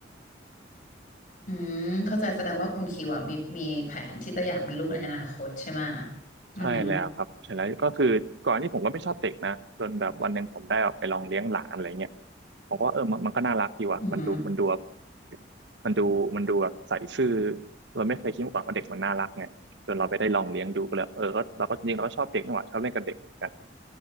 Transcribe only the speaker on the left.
อืมเข้าใจแสดงว่าคุณคิวอะมีมีแผนที่จะอยากมีลูกในอนาคตใช่ไหมะอือหือ
อือหือ